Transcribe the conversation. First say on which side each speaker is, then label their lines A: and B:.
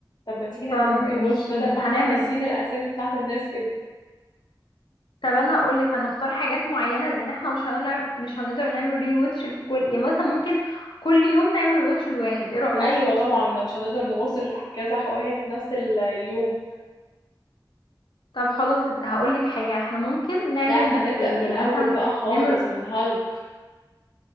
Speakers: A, on the left (about 60°); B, on the left (about 80°).
A: طب ما تيجي نعمل
B: فماشي
A: لهم ري واتش بدل
B: هنعمل
A: ما احنا ناسيين
B: إيه؟
A: الاسامي بتاعت الناس كده
B: طب انا هقول لك هنختار حاجات معينه لان احنا مش هنقدر مش هنقدر نعمل ري واتش لكل يعني مثلا ممكن كل يوم نعمل ري واتش لواحد ايه رايك
A: ايوه طبعا ما مش هنقدر نوصل كذا واحد في نفس ال- اليوم
B: طب خلاص هقول لك حاجة احنا ممكن نعمل
A: لا احنا هنبدأ
B: إيه؟
A: من
B: يعني
A: الاول
B: مثلا
A: بقى خالص
B: نعمل
A: من هالك